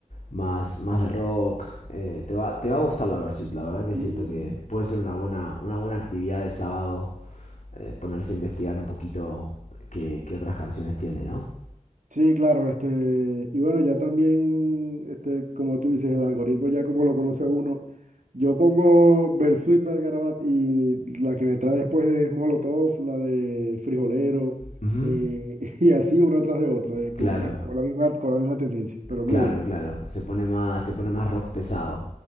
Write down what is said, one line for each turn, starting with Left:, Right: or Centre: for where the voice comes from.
Left: más, más de rock. eh, te va, te va a gustar la Versuit, la verdad que
Right: Mm,
Left: siento que puede ser una buena, una buena actividad de sábado, eh, ponerse a investigar un poquito qué, qué otras canciones tiene, ¿no?
Right: Sí, claro, este, y bueno, ya también, este, como tú dices, el algoritmo ya como lo conoce uno, yo pongo Bersuit Bergarabat y la que me trae después es Molotov, la de Frijolero,
Left: Ujú.
Right: eh, <laughs> y así una tras de otra, eh,
Left: Claro,
Right: con, en- con la misma, con la misma tendencia, pero
Left: claro,
Right: muy bueno.
Left: claro. Se pone más, se pone más rock pesado.